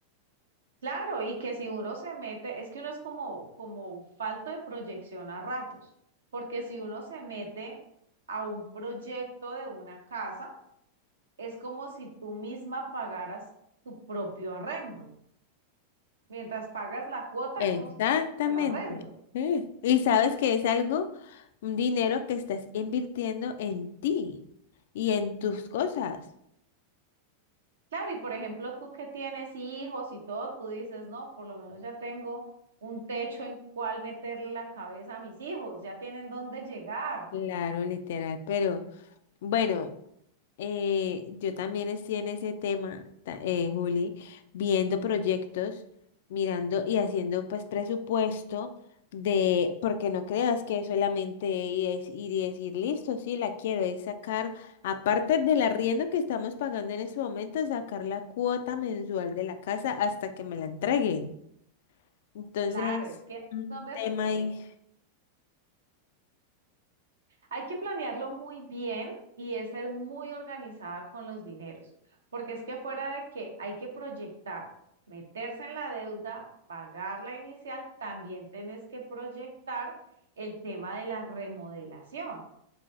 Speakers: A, on the right (about 65°); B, on the left (about 55°).
A: Claro, y que si uno se mete, es que uno es como, como falto de proyección a ratos, porque si uno se mete a un proyecto de una casa, es como si tú misma pagaras tu propio arrendo. Mientras pagas la cuota,
B: Exactamente.
A: es como si pagaras el arrendo.
B: Sí. Y sabes que es algo, un dinero que estás invirtiendo en ti y en tus cosas.
A: Claro, y por ejemplo, tú que tienes hijos y todo, tú dices, no, por lo menos ya tengo un techo en cual meterle la cabeza a mis hijos, ya tienen dónde llegar.
B: Claro, literal. Pero bueno. Eh, yo también estoy en ese tema, ta- eh, Juli, viendo proyectos, mirando y haciendo pues presupuesto de, porque no creas que solamente es ir y decir, listo, sí, la quiero, es sacar, aparte del arriendo que estamos pagando en este momento, sacar la cuota mensual de la casa hasta que me la entreguen. Entonces,
A: Claro, es que ahí
B: un
A: es donde
B: tema
A: se ponen
B: ahí,
A: Hay que planearlo muy bien y es ser muy organizada con los dineros, porque es que fuera de que hay que proyectar, meterse en la deuda, pagar la inicial, también tenés que proyectar el tema de la remodelación,